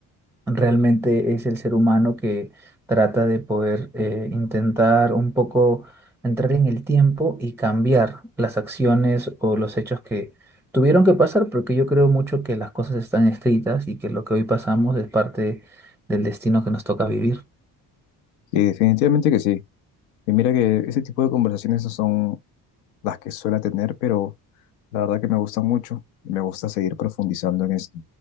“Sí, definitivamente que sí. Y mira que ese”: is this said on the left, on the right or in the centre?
Left